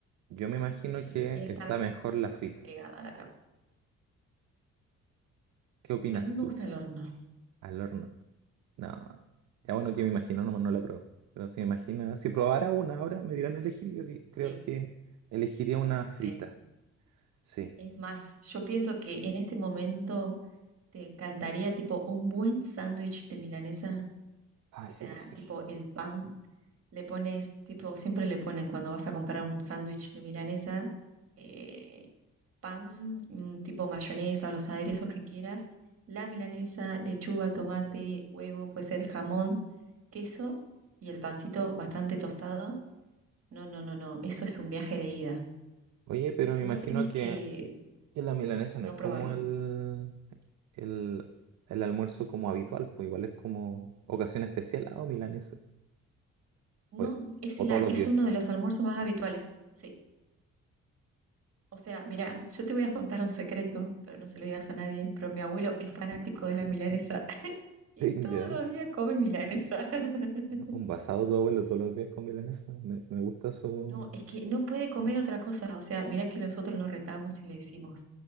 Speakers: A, on the right (about 70°); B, on the right (about 50°).
A: Yo me imagino
B: Eh,
A: que
B: tiene
A: está
B: que estar
A: mejor la frita.
B: pegada a la carne.
A: ¿Qué opinas
B: A mí me
A: tú?
B: gusta el horno.
A: Al horno. No, ya bueno
B: No,
A: que me imagino, nomás no la pruebo. Pero si me imagina, si probara una ahora, me dirán elegir, y yo di- creo
B: sí,
A: que elegiría una frita.
B: sí.
A: Sí.
B: Es más, yo pienso que en este momento te encantaría tipo un buen sándwich de milanesa
A: Ay,
B: O
A: sí
B: sea,
A: puede ser.
B: tipo el pan, le pones, tipo, siempre le ponen cuando vas a comprar un sándwich de milanesa, eh, pan, mm, tipo mayonesa o los aderezos que quieras, la milanesa, lechuga, tomate, huevo, puede ser jamón, queso y el pancito bastante tostado. No, no, no, no, eso es un viaje de ida.
A: Oye, pero me
B: No
A: imagino
B: tenés
A: que,
B: que
A: que la milanesa no
B: no
A: es como
B: probarlo.
A: el, el, el almuerzo como habitual, pues igual es como ocasión especial, ah, o milanesa.
B: No,
A: O,
B: es,
A: o
B: el
A: todos
B: a-
A: los
B: es
A: días.
B: uno de
A: <laughs>
B: los almuerzos más habituales, sí. O sea, mira, yo te voy a contar un secreto, pero no se lo digas a nadie, pero mi abuelo es fanático de la milanesa <laughs> y
A: Sí,
B: todos
A: Ya,
B: los días come milanesa. <laughs>
A: un basado todo vuelo todos los días con milanesa. Me, me gusta su...
B: No, es que no puede comer otra cosa. O sea, mira que nosotros lo retamos y le decimos,